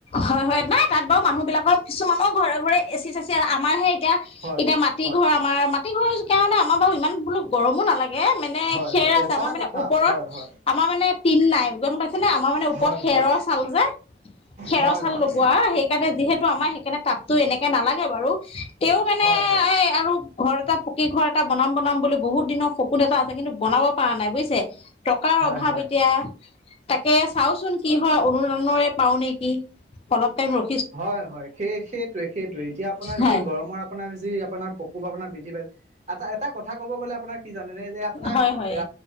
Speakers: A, on the left (about 35°); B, on the right (about 40°).
A: হয় হয় নাই তাত বাৰু মানুহ বিলাকৰ কিছুমানৰ ঘৰে ঘৰে এচি চেচি আমাৰ হে এতিয়া
B: হয়
A: এতিয়া মাটি
B: হয়
A: ঘৰ আমাৰ মাটি ঘৰ কাৰণে আমাৰ বাৰু ইমান বোলো গৰমো নালাগে। এই মানে
B: হয়
A: খেৰ
B: হয়
A: আছে
B: এটা
A: আমাৰ মানে
B: কথা
A: ওপৰত।
B: হয় হয়
A: আমাৰ মানে তিন নাই গম পাইছেনে আমাৰ মানে ওপৰত
B: হয়
A: খেৰৰ
B: হয়
A: চাল যে। খেৰৰ
B: হয়
A: চাল
B: হয়
A: লগোৱা সেইকাৰণে যিহেতু আমাৰ সেইকাৰণে তাপতো এনেকে নালাগে বাৰু তেওঁ মানে
B: হয় হয়
A: এই আৰু ঘৰ এটা পকী ঘৰ এটা বনাম বনাম বুলি বহুত দিনৰ সপোন এটা আছে কিন্তু বনাব পৰা নাই বুজিছে। টকাৰ
B: হয়
A: অভাৱ
B: হয়
A: এতিয়া তাকে চাওচোন কি হয় অৰুনুদয় পাওঁ নেকি, কি অলপ টাইম ৰ
B: হয় হয় সেই সেইটোয়ে সেইটোয়ে এতিয়া আপোনাৰ
A: হয়
B: যি গৰমৰ আ আপোনাৰ যি আপোনাৰ পকুপ বৃদ্ধি পাই এটা এটা কথা ক'ব গ'লে আপোনাৰ। কি জানে যে আপোনাৰ
A: হয় হয়
B: এ